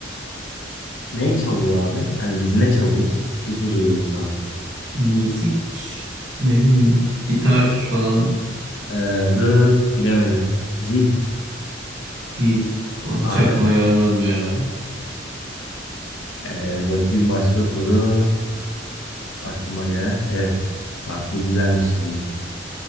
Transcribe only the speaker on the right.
Müzik ne bileyim gitar falan
zil. Ama hiç
aklıma gelmez bu ya.